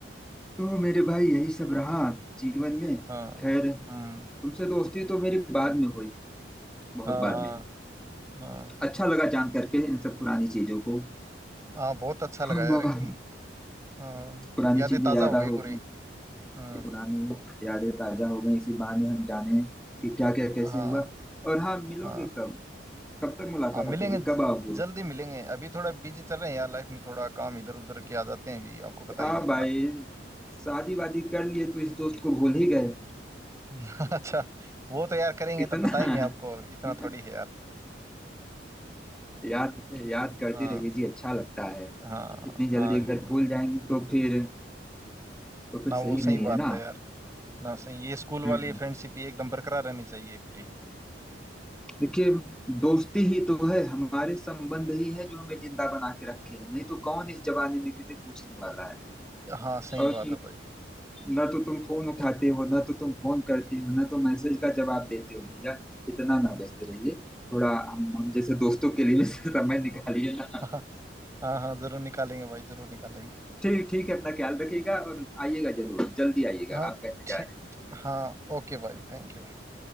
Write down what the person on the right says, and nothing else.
हाँ
हम्म
हाँ
हाँ
हाँ
हाँ बहुत अच्छा
लगा यार एक- हाँ
यादें
ताजा
हो गई
पूरी हम्म
हाँ
हाँ
हाँ मिलेंगे
ज-
जल्दी मिलेंगे अभी थोड़ा बिजी चल रहे हैं यार लाइफ में थोड़ा काम इधर उधर के आ जाते हैं अभी आपको पता ही
है थोड़ा
<laughs> अच्छा वो तो यार करेंगे
तब बताएंगे आपको इतना
थोड़ी है यार
हाँ
हाँ
हाँ
ना वो
सही
बात
है यार ना सही ये स्कूल वाली
फ्रेंडशिप ये एकदम बरकरार रहनी चाहिए पूरी
हाँ
सही बात
है भाई
हम्म
हाँ हाँ हाँ, जरूर निकालेंगे भाई जरूर निकालेंगे
हाँ
ठीक
हाँ ओके भाई thank you